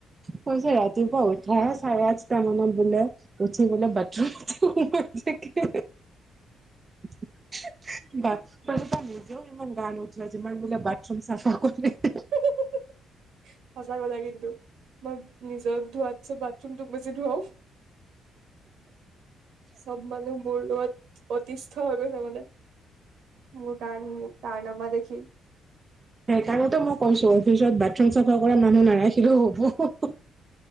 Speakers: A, on the right; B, on the right.
A: কৈছে ৰাতিপুৱা উঠাই চাৰে আঠটা মানত বোলে', উঠি বোলে বাথৰুমতে হিঃহিঃ হিঃ সোমাই থাকা হা- হা', হে -হে হিঃ- হিঃ, বাথ', ক'লে, তাই নিজেও ইমান গা নুধুৱে, যিমান বোলে বাথৰুম চাফা কৰি হিঃ- হিঃ- হি‌ঃ',
B: হিঃ- হিঃ- হিঃ, সঁচা কথা কিন্তু মই', নিজৰ ধুৱাতছে বাথৰুম তোক বেছি ধুৱও', চব মানুহ মোৰ লগত অতিষ্ঠ হৈ গৈছে মানে', মোৰ কাৰ, কাৰণামা দেখি',
A: সেইকাৰণেতো মই কৈছোঁ অফিচত বাথৰুম চাফা কৰা মানুহ নাৰাখিলেও হ'ব হ-হ',